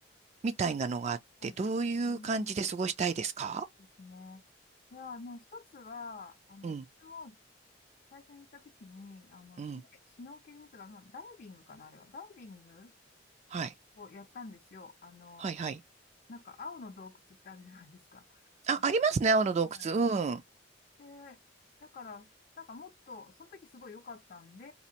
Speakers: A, on the right (about 35°); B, on the left (about 45°).
A: みたいなのがあって、
B: はい。
A: どういう感じで過ごしたいですか
B: えー、ですね。いや、あの、一つは、あの、
A: うん、
B: 私も最初に行った時に、あの、
A: うん。
B: シュネシュノーケリングというか、まあダイビングかな、あれは。ダイビング
A: はい。
B: をやったんですよ。あの、
A: はい、はい。
B: なんか青の洞窟ってあるじゃないですか。
A: あ、
B: <laughs> あ
A: ありますね、青の洞窟。
B: はい。
A: うん。
B: で、だから、なんかもっと、その時すごい良かったんで、